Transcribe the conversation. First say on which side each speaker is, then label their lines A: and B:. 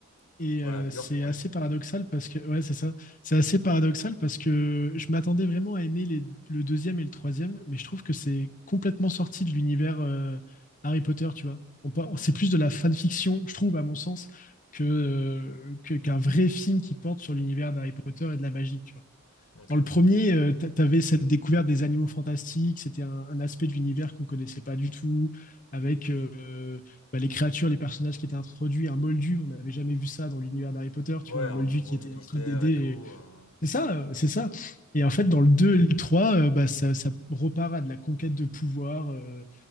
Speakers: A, on the left (about 40°); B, on the left (about 75°).
A: Et
B: Ouais,
A: euh,
B: à New
A: c'est
B: York, ouais.
A: assez paradoxal parce que, ouais, c'est ça. C'est assez paradoxal parce que je m'attendais vraiment à aimer les- le deuxième et le troisième, mais je trouve que c'est complètement sorti de l'univers euh, Harry Potter, tu vois. On, par-
B: Hum,
A: c'est plus de la fanfiction, je trouve, à mon sens, que, euh, que- qu'un vrai film qui porte sur l'univers d'Harry Potter et de la magie, tu vois.
B: ok.
A: Dans le premier, euh, t'a- t'avais cette découverte des animaux fantastiques, c'était un, un aspect de l'univers qu'on ne connaissait pas du tout, avec euh, bah, les créatures, les personnages qui étaient introduits, un Moldu, on n'avait jamais vu ça dans l'univers d'Harry Potter, tu
B: Ouais,
A: vois, un
B: un
A: Moldu
B: nouveau
A: qui était
B: ministère
A: en train d'aider.
B: et tout.
A: les-
B: euh,
A: C'est ça, euh, c'est ça. Et en fait, dans le 2, et le 3, euh, bah, ça, ça repart à de la conquête de pouvoir, euh,